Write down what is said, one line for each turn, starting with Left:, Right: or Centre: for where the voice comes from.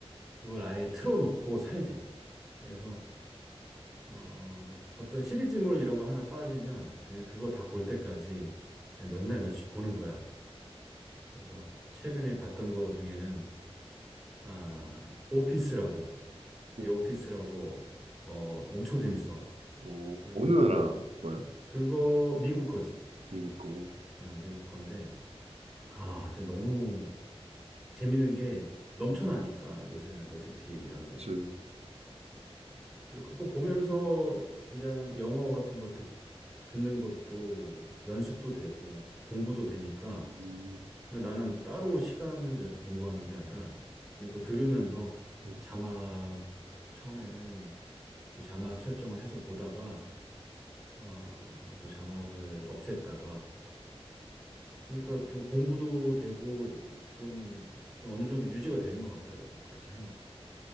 Centre: 그걸 아예 틀어놓고 살지. 그래서 어, 어떤 시리즈물 이런 거 하나 빠지면 그냥 그거 다 볼 때까지 그냥 몇 날 며칠 보는 거야. 그래서 최근에 봤던 거 중에는 아, 오피스라고,
Right: 어,
Centre: The 오피스라고 어, 엄청 재밌어.
Right: 어,
Centre: 그래서
Right: 어느
Centre: 그거
Right: 나라 거야?
Centre: 그거 미국 거지.
Right: 미국 거.
Centre: 어, 미국 건데 아, 진짜 너무 재밌는 게 넘쳐나니까
Right: 미국.
Centre: 요새는 OTT 이런데.
Right: 그치.
Centre: 그래서 그거 보면서 그냥 영어 같은 거 듣, 듣는 것도 연습도 되고 공부도 되니까
Right: 음,
Centre: 나는 따로 시간을 내서 공부하는 게 아니라 그냥 그거 들으면서
Right: 음,
Centre: 자막 처음에는 이렇게 자막 설정을 해서 보다가 어, 또 자막을 없앴다가 그러니까 좀 공부도 되고 좀, 좀 어느 정도 유지가 되는 것 같더라고요. 그렇게 하니까